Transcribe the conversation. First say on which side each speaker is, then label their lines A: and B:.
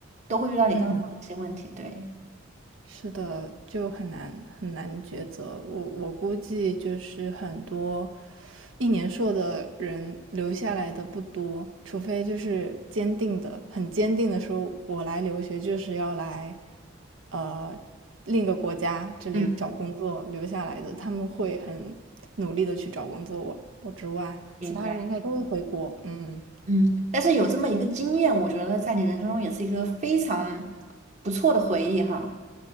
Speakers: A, on the right (about 35°); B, on the right (about 75°).
A: 都会遇到你刚刚说的这些问题。
B: 嗯。
A: 对，
B: 是的，就很难很难抉择。我我估计就是很多一年硕的人留下来的不多，除非就是坚定的、很坚定的说，我来留学就是要来，呃，另一个国家这里找工作留下来的，
A: 嗯嗯，
B: 他们会很努力的去找工作。我我之外，
A: 明白。
B: 其他人应该都会回国。嗯，
A: 嗯，但是有这么一个经验，我觉得在你人生中也是一个非常不错的回忆哈，